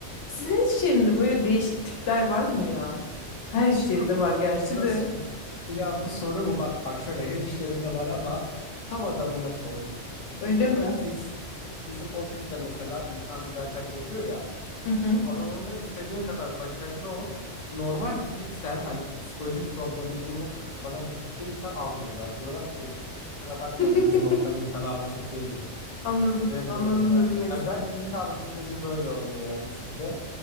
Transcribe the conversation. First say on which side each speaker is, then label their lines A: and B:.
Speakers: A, on the left; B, on the left.
A: Sizin iş yerinde böyle değişik tipler var mı ya? Her iş
B: <laughs>
A: yerinde
B: Bu
A: var gerçi
B: da bu da
A: de.
B: s- ya bu soru mu bak bak şöyle her işlerinde var ama tam adamına sordun. Bizim
A: Öyle mi?
B: ofis bizim ofiste mesela İK mülakat yapıyor ya
A: Hı hı.
B: alanında istediğin kadar başarılı ol. Normal bir tipsen hani psikolojik problemlerin yoksa kafadan gidik değilsen almıyorlar. Diyorlar ki kusura bakmayın
A: <laughs>
B: biz normal insana alışık değiliz.
A: Anladım.
B: Reddediyorlar.
A: Anladım ne demek
B: Hani
A: istediğini.
B: bence işe alım süreci böyle oluyor yani sizde.